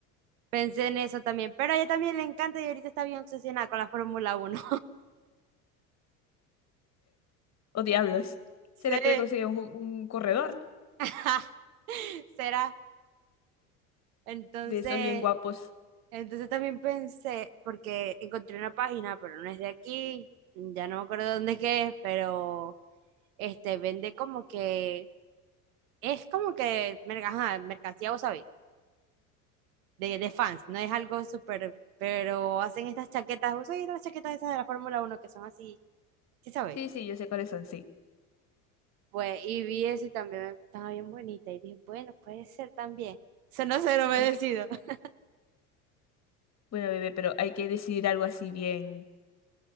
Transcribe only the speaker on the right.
Pensé en eso también. Pero a ella también le encanta y ahorita está bien obsesionada con la Fórmula uno
<laughs>
Sí.
<laughs> Será. Entonces,
entonces también pensé, porque encontré una página, pero no es de aquí. Ya no me acuerdo dónde es que es, pero este vende como que. Es como que merca- ajá, mercancía, vos sabés de, de fans, no es algo súper, pero hacen estas chaquetas, ¿vos sabés las chaquetas esas de la Fórmula uno que son así? ¿Sí sabéis?
Pues, y vi eso y también estaba bien bonita y dije, bueno, puede ser también. Sonó ser obedecido.
<laughs>